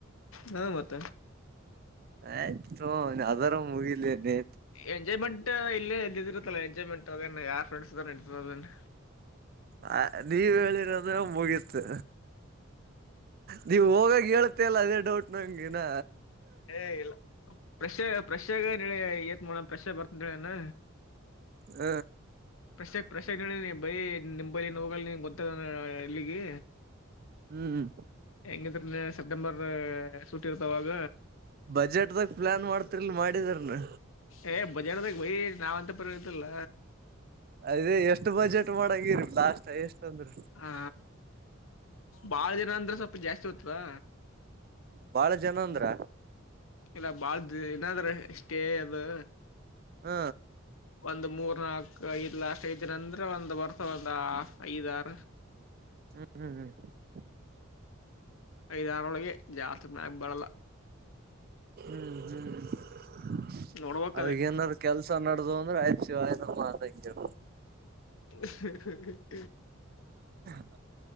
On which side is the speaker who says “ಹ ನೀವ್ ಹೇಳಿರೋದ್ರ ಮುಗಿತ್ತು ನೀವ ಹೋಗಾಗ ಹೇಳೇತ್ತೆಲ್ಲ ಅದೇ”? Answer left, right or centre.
Right